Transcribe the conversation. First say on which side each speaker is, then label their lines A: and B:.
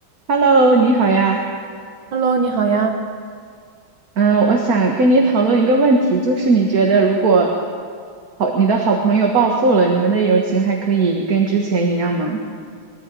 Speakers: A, on the right; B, on the right.
A: Hello，你好呀。
B: Hello，你好呀。
A: 嗯，我想跟你讨论一个问题，就是你觉得如果好，你的好朋友暴富了，你们的友情还可以跟之前一样吗？